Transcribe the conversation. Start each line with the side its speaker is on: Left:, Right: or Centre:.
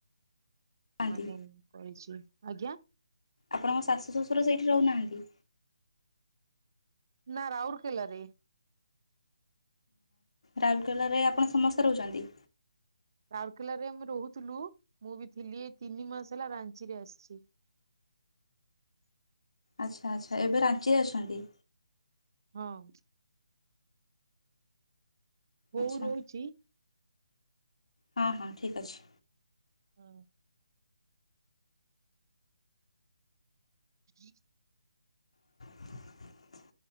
Left: ନାହାନ୍ତି
Right: ମାନେ ମୁଁ କରିଚି, ଆଜ୍ଞା।
Left: ଆପଣଙ୍କ ଶାଶୁ ଶ୍ୱଶୁର ସେଇଠି ରହୁନାହାନ୍ତି?
Right: ନା, ରାଉର କେଲାରେ।
Left: ରାଉରକେଲାରେ ଆପଣ ସମସ୍ତେ ରହୁଚନ୍ତି?
Right: ରାଉରକେଲ ରେ ଆମେ ରହୁଥିଲୁ, ମୁଁ ବି ଥିଲି, ଏଇ ତିନି ମାସ ହେଲା ରାଞ୍ଚିରେ ଆସିଛି।
Left: ଆଛା ଆଛା, ଏବେ ରାଞ୍ଚିରେ ଅଛନ୍ତି।
Right: ହଁ। ବୋଉ
Left: ଆଚ୍ଛା
Right: ରହୁଚି
Left: ହଁ ହଁ ଠିକ୍ ଅଛି।
Right: ହଁ। <unintelligible>
Left: <unintelligible>